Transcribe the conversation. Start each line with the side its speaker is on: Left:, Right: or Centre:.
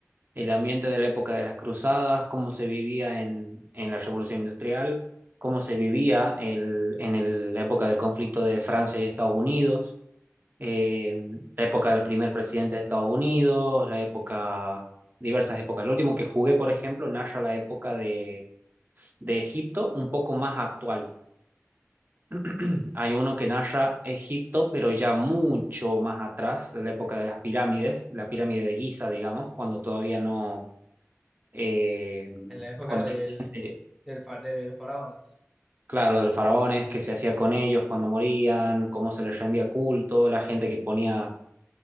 Right: el ambiente de la época de las cruzadas, cómo se vivía en, en la Revolución Industrial, cómo se vivía el- en el- la época del conflicto de Francia y Estados Unidos, eh, la época del primer presidente de Estados Unidos, la época, diversas épocas. Lo último que jugué, por ejemplo, narra la época de de Egipto un poco más actual. <clears throat> Hay uno que narra Egipto, pero ya mucho más atrás, de la época de las pirámides, la pirámide de Giza, digamos, cuando todavía no, eh,
Centre: en la época
Right: cuando
Centre: del,
Right: recién se-
Centre: del, fa- del faraones. <laughs>
Right: claro, de los faraones, qué se hacía con ellos, cuando morían, cómo se les rendía culto, la gente que ponía